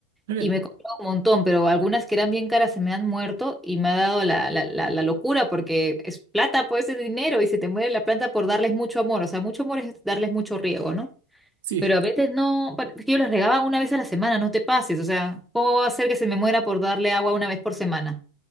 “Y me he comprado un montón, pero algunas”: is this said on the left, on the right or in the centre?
Centre